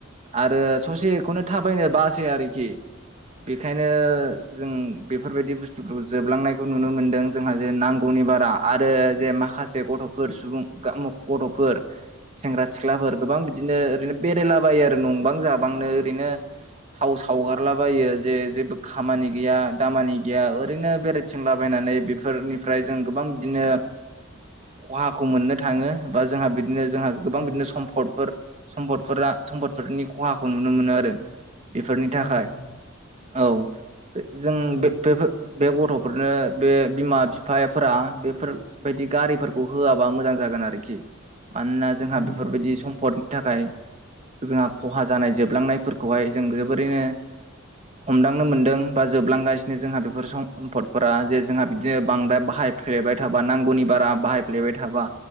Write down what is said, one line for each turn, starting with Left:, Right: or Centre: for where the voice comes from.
Right: आरो ससेखौनो थाबायनो बासै आरोखि बेखायनो जों बेफोरबायदि बुस् थु फोरखौ जोबलांनायखौ नुनो मोनदों जोंहा जे नांगौनि बारा आरो जे माखासे गथ'फोर सुबुं <unintelligible> गथ'फोर सेंग्रा, सिख्लाफोर गोबां बिदिनो ओरैनो बेरायलाबायो आरो नंबां जाबांनो ओरैनो थाव सावगारलाबायो जे जेबो खामानि गैया दामानि गैया ओरै ओरैनो बेरायथिंलाबायनानै बेफोरनिफ्राय जों गोबां बिदिनो खहाखौ मोननो थाङो बा जोंहा बिदिनो जोंहा गोबां
Left: औ
Right: बिदिनो सम्फदफोर सम्पदफोरा सम्पदफोरनि खहाखौ नुनो मोनो आरो बेफोरनि थाखाय
Left: औ औ
Right: औ जों
Left: औ
Right: बे बेफोर बे गथ'फोरनो बे बिमा बिफाफोरा बेफोरबायायदि गारिफोरखौ होआबा मोजां जायो। जागोन आरोखि मानोना जोंहा
Left: नंगौ
Right: बेफोरबायदि
Left: नंगौ
Right: सम्पदनि थाखाय जोंहा खहा जानाय जोबलांनायफोरखौहाय जों जोबोरैनो हमदांनो मोनदों बा जोबलांगासिनो जोंहा बे बेफोर सम सम्पदफोरा जे जोंहा बिदिनो बांद्राय बाहायफ्लेबाय थाबा नांगौनि बारा बाहायफ्लेबाय थाबा